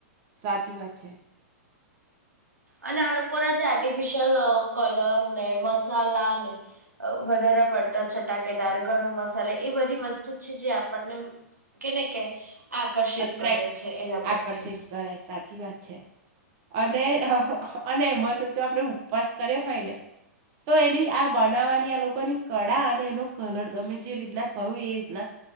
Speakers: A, on the right; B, on the right.
A: સાચી વાત છે.
B: અને આ લોકો ના જે આર્ટિફિશિયલ અ કલર ને, મસાલા ને, વધારે પડતા ચટાકેદાર ગરમ મસાલા એ બધી વસ્તુ છે જે આપણને કેને કે આકર્ષિત
A: અટ્રેક્ટ,
B: કરે છે એના પ્રત્યે
A: આકર્ષિત કરે સાચી વાત છે. અને અને એમાં તો જો આપણે ઉપવાસ કર્યો હોય ને તો એની આ બનાવવાની આ લોકોની કળા અને એનો કલર તમે જે રીતના કહ્યું એ રીતના